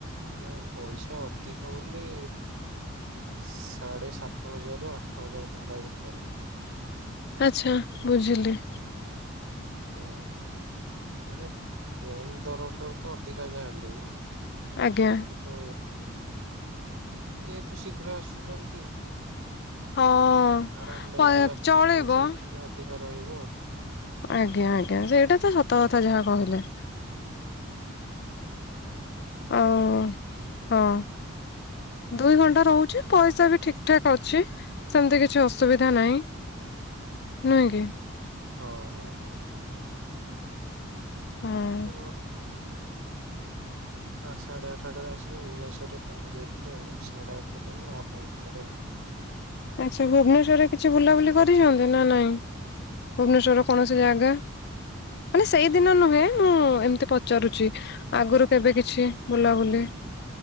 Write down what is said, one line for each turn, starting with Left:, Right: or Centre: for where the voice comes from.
Right: ନାଇଁ ପଇସା ଅଧିକ ବୋଲି ସାଢେ ସାତ ହଜାରରୁ ଆଠ ହଜାର ଟଙ୍କା ଭିତରେ
Left: ଆଚ୍ଛା ବୁଝିଲି।
Right: ହଁ ମାନେ ଟ୍ରେନ୍ ଦର ଠାରୁତ ଅଧିକା ଯାହା ହେଲେ ବି
Left: ଆଜ୍ଞା।
Right: ତୁ ଯେହେତୁ ଶୀଘ୍ର ଆସୁଚନ୍ତି
Left: ହଁ।
Right: ଆରାମଦାୟକ ଯାତ୍ରା
Left: ଚଳିବ
Right: ପଇସା ଟିକେ ଅଧିକା ରହିବ।
Left: ଆଜ୍ଞା-ଆଜ୍ଞା ସେଇଟାତ ସତ କଥା
Right: ଆଉ
Left: ଯାହା କହିଲେ। ଅଁ ହଁ। ଦୁଇ ଘଣ୍ଟା ରହୁଛି ପଇସାବି ଠିକ୍ ଠାକ୍ ଅଛି। ସେମିତି କିଛି ଅସୁବିଧା ନାହିଁ, ନୁହେଁ କି?
Right: ହଁ-ହଁ।
Left: ହଁ
Right: ତ ଆ ସାଢେ ଆଠଟାରେ ଆସିକି ଭୁବନେଶ୍ଵରରେ ପହଞ୍ଚି ଯାଇଥିଲୁ ଆ ସାଢେ ଆଠଟାରୁ ନଅଟା ଭିତରେ ଆଉ।
Left: ଆଛା, ଭୁବନେଶ୍ୱରରେ କିଛି ବୁଲାବୁଲି କରିଚନ୍ତି ନା ନାଇଁ? ଭୁବନେଶ୍ୱରର କୌଣସି ଜାଗା? ମାନେ ସେଇଦିନ ନୁହେଁ, ମୁଁ ଏମିତି ପଚାରୁଚି? ଆଗରୁ କେବେ କିଛି ବୁଲାବୁଲି